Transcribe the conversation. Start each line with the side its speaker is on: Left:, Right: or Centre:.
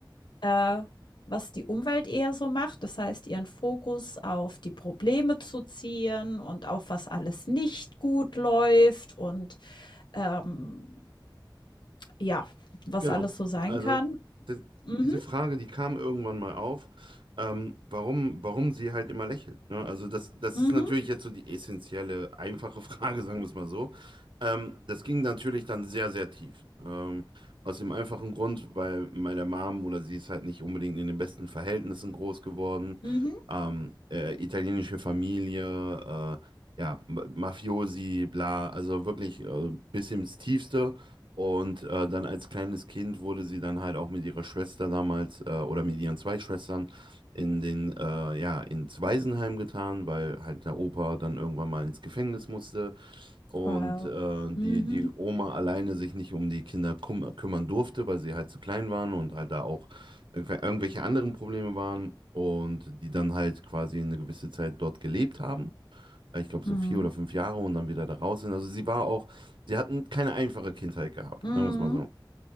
Left: äh, was die Umwelt eher so macht, das heißt ihren Fokus auf die Probleme zu ziehen und auf was alles nicht gut läuft und ähm, ja, was
Right: Genau.
Left: alles so sein
Right: Also
Left: kann.
Right: das,
Left: Mhm,
Right: diese Frage, die kam irgendwann mal auf, ähm, warum, warum sie halt immer lächelt. Ne? Also das, das
Left: mhm,
Right: ist natürlich jetzt so die essentielle, einfache Frage, <laughs> sagen wir es mal so. Ähm, das ging natürlich dann sehr, sehr tief. Ähm, aus dem einfachen Grund, weil meine Mom oder sie ist halt nicht unbedingt in den besten Verhältnissen groß geworden.
Left: mhm.
Right: Ähm, äh, italienische Familie, äh, ja, Ma- Mafiosi, bla, also wirklich äh, bis ins Tiefste. Und äh, dann als kleines Kind wurde sie dann halt auch mit ihrer Schwester damals äh, oder mit ihren zwei Schwestern in den, äh, ja, ins Waisenheim getan, weil halt der Opa dann irgendwann mal ins Gefängnis musste und
Left: Wow.
Right: äh, die,
Left: Mhm.
Right: die Oma alleine sich nicht um die Kinder kum kümmern durfte, weil sie halt zu klein waren und halt da auch irgendw- irgendwelche anderen Probleme waren und die dann halt quasi eine gewisse Zeit dort gelebt haben ich glaube, so
Left: Mhm.
Right: vier oder fünf Jahre und dann wieder da raus sind. Also sie war auch, sie hatten keine einfache Kindheit gehabt,
Left: Mhm.
Right: sagen wir es mal so.